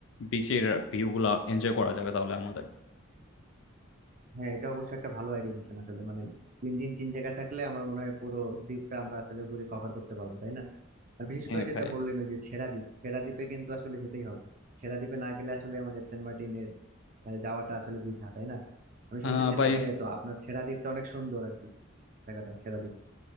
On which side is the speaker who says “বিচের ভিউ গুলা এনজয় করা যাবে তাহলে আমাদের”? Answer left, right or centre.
Left